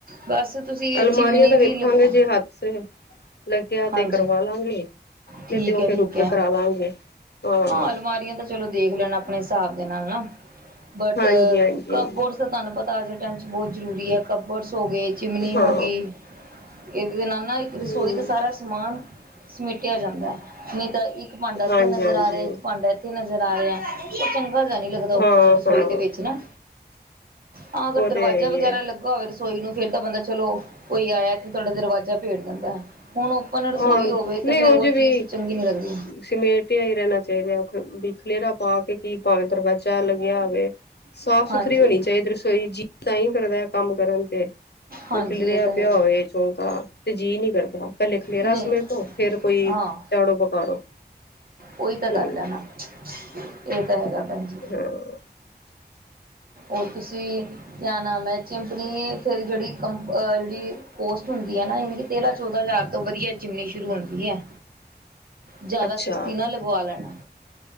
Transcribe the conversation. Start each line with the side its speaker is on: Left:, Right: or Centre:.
Right: ਬਸ ਤੁਸੀਂ
Left: ਅਲਮਾਰੀਆਂ
Right: ਚਿਮਨੀ
Left: ਤਾਂ
Right: ਵੀ
Left: ਵੇਖਾਂਗੇ
Right: ਲਗਵਾ
Left: ਜੇ ਹੱਥ ਫਿਰ ਲੱਗਿਆ ਤੇ
Right: ਹਾਂਜੀ
Left: ਕਰਵਾ ਲਾਂਗੇ
Right: ਠੀਕ
Left: ਨਹੀਂ ਤੇ ਉਹ
Right: ਹੈ
Left: ਫੇਰ
Right: ਠੀਕ
Left: ਉੱਪਰ
Right: ਹੈ
Left: ਕਰਾ ਲਾਂਗੇ ਹਾਂ।
Right: ਅਲਮਾਰੀਆਂ ਤਾਂ ਚਲੋ ਦੇਖ ਲੈਣਾ ਆਪਣੇ ਹਿਸਾਬ ਦੇ ਨਾਲ ਨਾ ਬਟ
Left: ਹਾਂਜੀ-ਹਾਂਜੀ
Right: ਕਮ। ਤਾਂ ਤੁਹਾਨੂੰ ਪਤਾ ਅੱਜ ਦੇ ਟਾਈਮ 'ਚ ਬਹੁਤ ਜ਼ਰੂਰੀ ਹੈ। ਕਪਰਸ ਹੋ ਗਏ ਹੈ, ਚਿਮਨੀ
Left: ਹਾਂ
Right: ਹੋ ਗਈ ਹੈ। ਇਹਦੇ ਤੇ ਨਾਲ ਨਾ ਇੱਕ ਰਸੋਈ
Left: ਹੂੰ
Right: ਦਾ ਸਾਰਾ ਸਮਾਨ। ਸਮੇਟਿਆ ਜਾਂਦਾ ਹੈ। ਨਹੀਂ ਤਾਂ ਇੱਕ ਭਾਂਡਾ ਇੱਥੇ
Left: ਹਾਂਜੀ-ਹਾਂਜੀ
Right: ਨਜ਼ਰ ਆ ਰਿਹਾ ਹੈ। ਇੱਕ ਭਾਂਡਾ ਇੱਥੇ ਨਜ਼ਰ ਆ ਰਿਹਾ ਹੈ। ਉਹ ਚੰਗਾ ਜਿਹਾ ਨਹੀਂ ਲੱਗਦਾ
Left: ਹਾਂ-ਹਾਂ
Right: ਉੱਪਨ ਰਸੋਈ ਦੇ ਵਿੱਚ ਨਾ ਹਾਂ ਅਗਰ
Left: ਉਹ
Right: ਦਰਵਾਜ਼ੇ।
Left: ਤੇ ਹੈ ਹੀ ਏ
Right: ਲੱਗਾ ਹੋਵੇ ਰਸੋਈ ਨੂੰ ਫੇਰ ਤਾਂ ਬੰਦਾ ਚਲੋ ਕੋਈ ਆਇਆ। ਤੇ ਤੁਹਾਡਾ ਦਰਵਾਜ਼ਾ ਭੇੜ ਦਿੰਦਾ ਹੈ ਹੁਣ ਉਹ। ਰਸੋਈ
Left: ਹਾਂ
Right: ਹੋਵੇ ਤੇ
Left: ਨਹੀਂ
Right: ਫਿਰ
Left: ਉਹ'ਚ ਵੀ
Right: ਚੀਜ਼ ਚੰਗੀ ਨਹੀਂ ਲੱਗਦੀ
Left: ਸਮੇਟਿਆ ਹੀ ਰਹਿਣਾ ਚਾਹੀਦਾ ਹੈ। ਬਖਲੇਰਾ ਪਾ ਕੇ ਕੀ ਭਾਵੇਂ ਦਰਵਾਜ਼ਾ ਲੱਗਿਆ ਹੋਵੇ। ਸਾਫ
Right: ਹਾਂਜੀ
Left: ਸੁਥਰੀ ਹੋਣੀ ਚਾਹੀਦੀ ਹੈ। ਰਸੋਈ ਜੀ ਤਾਂ ਹੀ ਕਰਦਾ ਹੈ ਕੰਮ ਕਰਨ ਤੇ।
Right: ਹਾਂਜੀ
Left: ਨਹੀਂ ਖਿਲਰਿਆ
Right: ਇਹ ਤਾਂ
Left: ਪਿਆ
Right: ਹੈਗਾ
Left: ਹੋਵੇ ਚੌਂਕਾ ਤੇ ਜੀਅ ਨੀ ਕਰਦਾ ਪਹਿਲੇ। ਖਲੇਰਾ
Right: ਨਹੀਂ
Left: ਸਮੇਟੋ ਫੇਰ ਕੋਈ
Right: ਹਾਂ
Left: ਝਾੜੂ ਪਕਾੜੋ।
Right: ਉਹੀ ਤਾਂ ਗੱਲ
Left: ਹਮ
Right: ਹੈ ਨਾ ਇਹ ਤਾਂ ਹੈਗਾ ਭੈਣ ਜੀ।
Left: ਹਅ
Right: ਉਹ ਤੁਸੀਂ ਕਿਆ ਨਾਮ ਹੈ ਚਿੰਪਨੀ ਫਿਰ ਜਿਹੜੀ ਕੰਪ ਅ ਲੀ ਕੋਸਟ ਹੁੰਦੀ ਹੈ ਨਾ ਯਾਨ ਕਿ ਤੇਰਾਂ ਚੌਦਾਂ ਹਜ਼ਾਰ ਤੋਂ ਵਧੀਆ ਚੀਮਂਨੀ ਸ਼ੁਰੂ ਹੁੰਦੀ ਹੈ
Left: <inaudible>
Right: ਜ਼ਿਆਦਾ
Left: ਅੱਛਾ
Right: ਸਸੱਤੀ ਨਾ ਲਗਵਾ ਲੈਣਾ